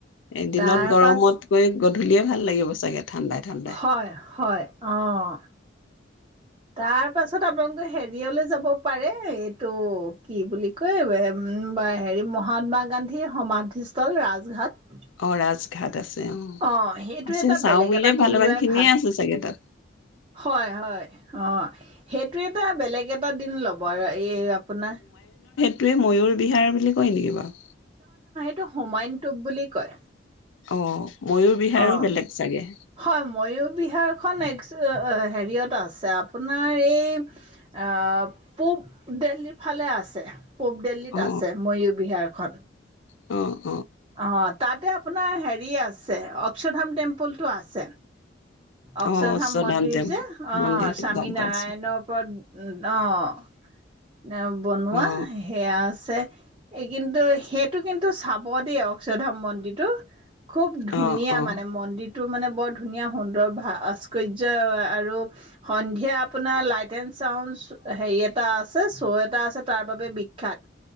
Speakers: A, on the left; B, on the right.
A: এদিনত
B: তাৰ
A: গৰমতগৈ
B: পাছ
A: গধূলিয়ে ভাল লাগিব চাগে। ঠাণ্ডাই, ঠাণ্ডাই
B: হয়, হয় অ' তাৰ পাছত আপোনালোকে হেৰিয়লৈ যাব পাৰে এইটো কি বুলি কয় বা হেৰি মহাত্মা গান্ধীৰ সমাধিস্থল ৰাজঘাট
A: অ'আজ ঘাদ আছে। অ
B: আহ সেইটো
A: আছে
B: এটা
A: চাওঁ
B: বেলেগ
A: বুলিলে
B: এটা দিন
A: ভালেমান
B: লোৱাই
A: খিনিয়ে
B: ভাল।
A: আছে চাগে তাত
B: হয়, হয় অ' সেইটো এটা বেলেগ এটা কটা দিন ল'ব আৰু এই আপোনাৰ
A: তেই ময়ুৰ বিহাৰ বুলি কয় নেকি বাৰু?
B: টো হুমাইনটোপ বুলি কয়।
A: অ' ময়ুৰ বিহাৰো
B: অ'।
A: বেলেগ চাগে।
B: হয় ময়ৰ বিহাৰখন এক হেৰিয়ত আছে আপোনাৰ এই পূব দিল্লীৰ ফালে আছে। পূব দিল্লীত
A: অ
B: আছে ময়ূৰ বিহাৰ। সাত
A: অ'
B: অ' তাতে আপোনাৰ হেৰি আছে অক্ষধাম টেম্পলটো আছে। অক্ষলধাম
A: অ অশ্বধাম
B: মন্দিৰ যে অ'
A: মন্দিৰটো
B: স্বামী
A: গম পাইছো
B: নাৰায়ণৰ ওপৰত অঁ এ বনোৱা
A: অ
B: সেয়া আছে। এই কিন্তু সেইটো কিন্তু চাব দেই অক্ষধাম মন্দিৰটো। খুব ধুনীয়া
A: অ অ
B: মানে মন্দিৰ। টো মানে বৰ ধুনীয়া সুন্দৰ ভাস্কৰ্য আৰু সন্ধিয়া আপোনাৰ লাইট এণ্ড চাউণ্ড হেৰি এটা আ আছে শ্ব' এটা আছে তাৰ বাবে বিখ্যাত।